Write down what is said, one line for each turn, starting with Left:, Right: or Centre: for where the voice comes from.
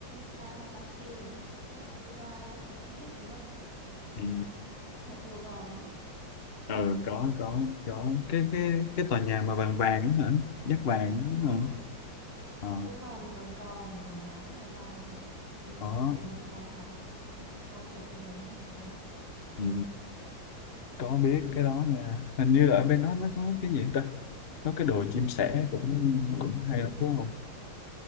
Right: Ba Basil Moscow ấy, chắc không biết đúng không?
Left: Ừ.
Right: Nhà thờ Vòm ấy.
Left: ừ, có có có cái
Right: Ừ,
Left: cái cái tòa nhà mà vàng vàng đó hả dát vàng đó
Right: đúng rồi
Left: hả Ờ,
Right: có cái vòm tròn tròn ở mái màu vàng ấy ừ,
Left: có
Right: tòa nhà đấy là màu trắng ừ, màu chủ thể của nó màu trắng
Left: ừ. có
Right: ừ.
Left: biết cái đó nha hình như là ở bên đó nó có cái gì ta có cái đồi chim sẻ cũng cũng hay lắm đúng không